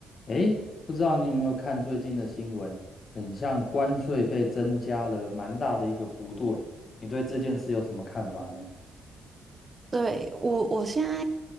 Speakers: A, on the left; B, on the right.
A: 诶，不知道你有没有看最近的新闻，很像关税被增加了蛮大的一个幅度，诶，你对这件事有什么看法呢？
B: 对，我，我现在